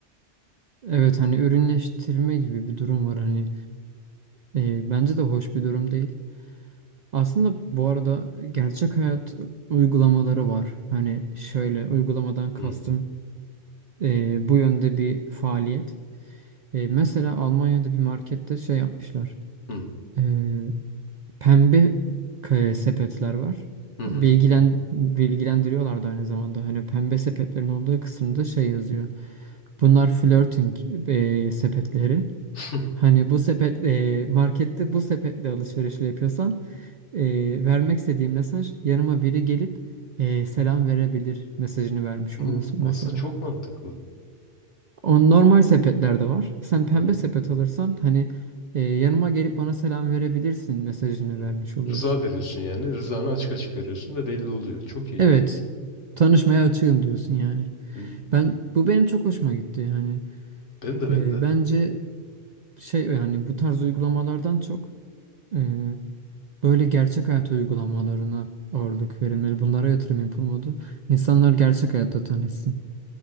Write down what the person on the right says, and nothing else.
evet hani ürünleştirme gibi bir durum var hani E, bence de hoş bir durum değil. Aslında bu arada gerçek hayat uygulamaları var. Hani şöyle uygulamadan kastım
e, bu yönde bir faaliyet. E, mesela Almanya'da bir markette şey yapmışlar.
Ee, pembe k- sepetler var.
Bilgilen bilgilendiriyorlar da aynı zamanda. Hani pembe sepetlerin olduğu kısımda şey yazıyor. Bunlar flirting e, sepetleri.
Hani bu sepet e, markette bu sepetle alışverişle yapıyorsan e, vermek istediğin mesaj yanıma biri gelip e, selam verebilir mesajını vermiş
oluyorsun
mesela.
On normal sepetler de var. Sen pembe
sepet alırsan hani e, yanıma gelip bana selam verebilirsin mesajını
vermiş oluyorsun.
Evet. Tanışmaya açığım diyorsun yani.
Ben bu benim çok hoşuma gitti. Hani
e,
bence şey yani bu tarz uygulamalardan çok e, böyle gerçek hayat uygulamalarına ağırlık verilmeli. Bunlara yatırım yapılmadı. İnsanlar gerçek hayatta tanışsın.